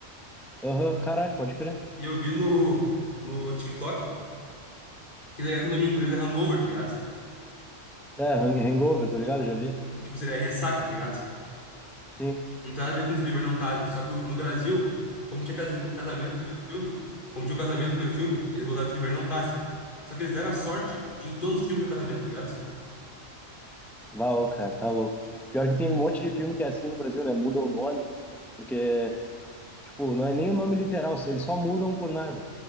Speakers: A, in the centre; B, on the left (about 40°).
A: Aham, caralho, pode crer.
B: E eu vi no, no TikTok. Que tá ligado que o nome em inglês é hangover, tá ligado?
A: É, Hang- Hangover, tô ligado? Já vi.
B: Que tipo seria ressaca, tá ligado?
A: Sim.
B: Não tem nada a ver com os Bieber não case. Só que o- no Brasil, como tinha casame- casamento no primeiro filme, como tinha um casamento no primeiro filme, eles botaram os Bieber não case. Só que eles deram a sorte de em todos os filmes do casamento, tá ligado?
A: Val, cara, tá louco. Pior que tem um monte de filme que é assim no Brasil, né? Muda o nome, porque, tipo, não é nem o nome literal, eles só mudam por nada.